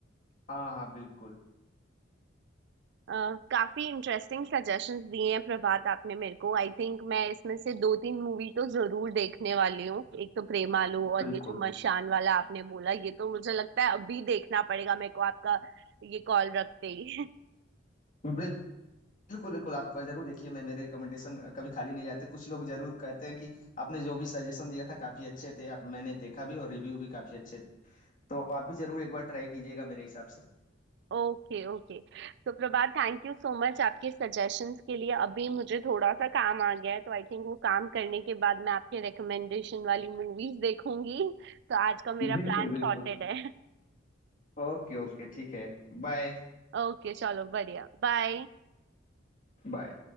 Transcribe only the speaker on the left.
हाँ हाँ बिल्कुल
बिल्कुल
बिल- बिल्कुल बिल्कुल आप जरूर देखिए मैं मेरे रिकमेंडेशन कभी खाली नहीं जाते कुछ लोग जरूर कहते हैं कि आपने जो भी सजेशन दिया था काफी अच्छे थे आप मैंने देखा भी और रिव्यू भी काफी अच्छे थे तो आप भी जरूर एक बार ट्राई कीजिएगा मेरे हिसाब से
बिल्कुल
बिल्कुल
ओके ओके ठीक है बाय
बाय